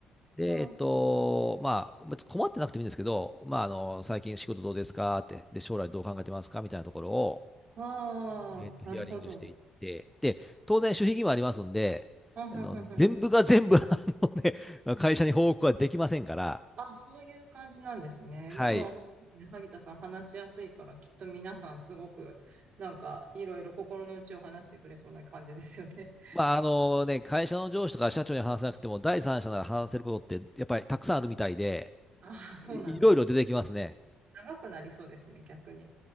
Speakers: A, in the centre; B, on the right.
A: で、えっと、
B: あ、
A: まあ、別に困ってなくてもいいんですけど、まあ、あの、最近仕事どうですかって、で、将来どう考えてますかみたいなところを、
B: あーなるほど。
A: えっと、ヒアリングしていって、で、当然、守秘義務ありますんで、
B: あ、ふんふんふんふん。
A: あの、全部が全部、あのね、会社に報告はできませんから、
B: あ、そういう感じなんですね。
A: はい。
B: でも、ですね、萩田さん話しやすいから、きっと皆さんすごく、なんか、いろいろ心の内を話してくれそうな感じですよね。<laughs>
A: まあ、あのね、会社の上司とか社長に話せなくても、第三者なら話せることって、やっぱりたくさんあるみたいで、
B: ああ、そうなんです。
A: いいろいろ出てきますね。
B: 長くなりそうですね、逆に。